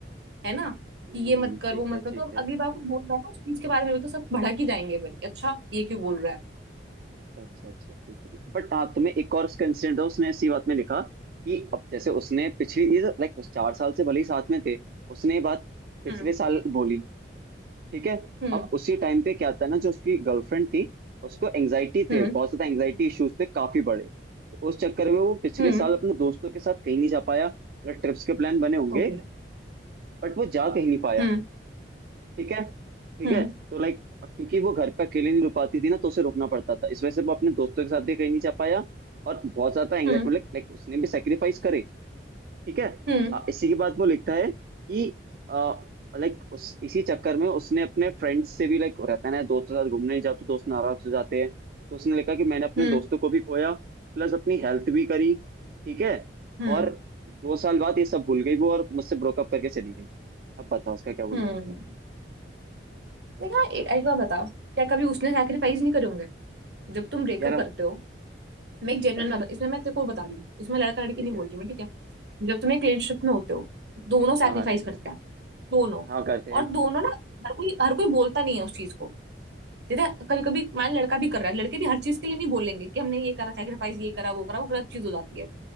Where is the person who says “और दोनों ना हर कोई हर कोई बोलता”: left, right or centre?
Right